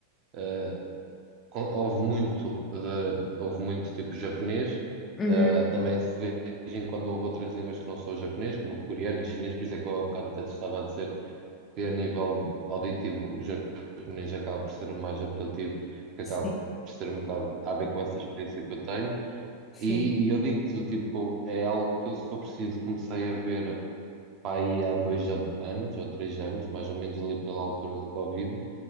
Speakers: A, on the right; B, on the left.
A: eh, com- ouve muito de, ouve muito tipo japonês,
B: Uhum.
A: eh, também se vê de vez em quando ouve outras línguas que não são o japonês, como o coreano e o chinês, por isso é que eu há bocado até te estava a dizer que a nível auditivo o japonês acaba por ser o mais apelativo, que
B: Sim,
A: acaba por ser um bocado a ver com essa experiência que eu tenho.
B: sim.
A: E, e eu digo-te, do tipo, é algo que eu, se for preciso, comecei a ver pá, aí há dois an- anos ou três anos, mais ou menos ali pela altura do Covid,